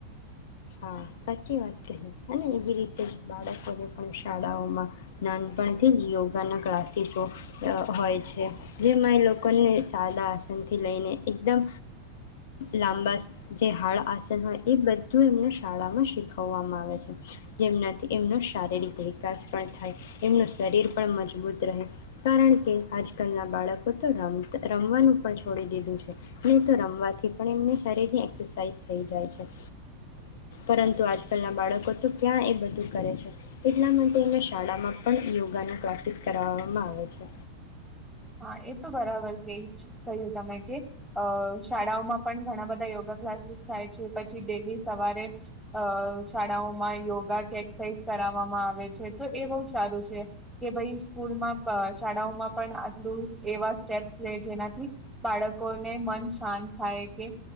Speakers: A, on the left (about 55°); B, in the centre.
A: હા સાચી વાત કહી અને એવી રીતે બાળકોને પણ શાળાઓમાં નાનપણથી જ યોગાના ક્લાસીસો હોય છે. જેમાં એ લોકોને સાદા આસનથી લઈને એકદમ લાંબા જે હાળ આસન હોય એ બધ શાળામાં શીખવામાં આવે છે જેમનાથી એમનો શારીરિક વિકાસ પણ થાય એમનું શરીર પણ મજબૂત રહે કારણ કે આજકાલના બાળકો તો રમ રમવાનું પણ છોડી દીધું છે નહી તો રમવાથી પણ એમને શરીરની એરસાઇઝ થઈ જાય છે. પરંતુ આજકાલના બાળકો તો ક્યાં એ બધું કરે છે એટલા માટે એને શાળામાં પણ યોગાનો પ્રેક્ટિસ કરવામાં આવે છે.
B: હા એ તો બરાબર છે એ જ કહ્યું તમે કે અ શાળાઓમાં પણ ઘણા બધા યોગા ક્લાસીસ થાય છે. પછી ડેલી સવારે અ શાળાઓમાં યોગા કે એક્સરસાઇઝ કરવામાં આવે છે તો એ બહુ સારું છે. કે ભાઈ સ્કૂલમાં શાળાઓમાં પણ. એવા સ્ટેપ્સ લે જેનાથી બાળકોને મન શાંત થાય કે